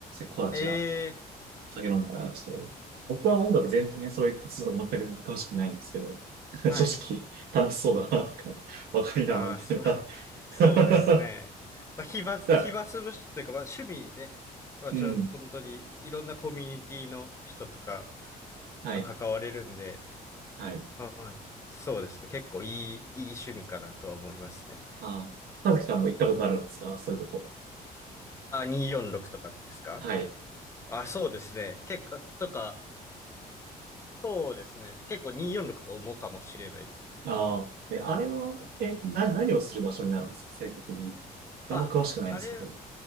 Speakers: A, on the right; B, on the left.
A: 子たちが
B: ええー
A: 酒飲んでたりして、僕は音楽全然ねそういう活動全く詳しくないんですけど、<laughs> 正
B: はい。
A: 直楽しそうだなとか、わかりな、
B: ああ、
A: みたいな。
B: そう、
A: <laughs>
B: <laughs> そうですね。
A: だか
B: まあ、暇、暇つぶしというか、
A: ら
B: まあ趣味にね、まあちょ、
A: うん。
B: 本当にいろんなコミュニティの人とか
A: はい。
B: と関われるんで、
A: はい。
B: はい。そうですね。結構いい、いい趣味かなと思いますね。
A: ああ、はずきさんも行ったことあるんですかそういうとこ。
B: あ、246とかですか
A: はい。
B: あ、そうですね。結構、とか、そうですね。結構246が重かもしれないです。
A: ああ、え、あれは、え、な、何をする場所になるんですか正確に。あんま詳しくないんですけど。
B: あ、あれ、